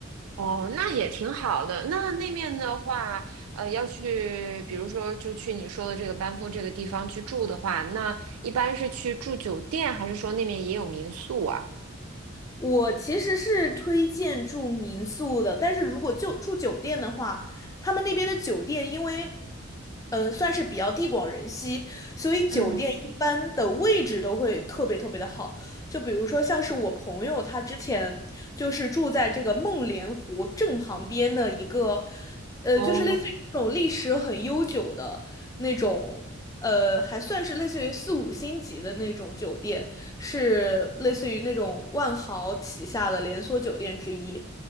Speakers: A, on the right; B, on the left.
A: 哦，那也挺好的。那那面的话，呃，要去，比如说就去你说的这个班夫这个地方去住的话，那一般是去住酒店，还是说那面也有民宿啊？
B: 我其实是推荐住民宿的，但是如果就住酒店的话，他们那边的酒店因为，嗯、算是比较地广人稀，所以酒店一般的位置都会特别特别的好。
A: 嗯，
B: 就比如说像是我朋友，他之前就是住在这个梦莲湖正旁边的一个。呃，
A: 哦，
B: 就是类似于那种历史很悠久的那种，呃，还算是类似于四五星级的那种酒店，是类似于那种万豪旗下的连锁酒店之一。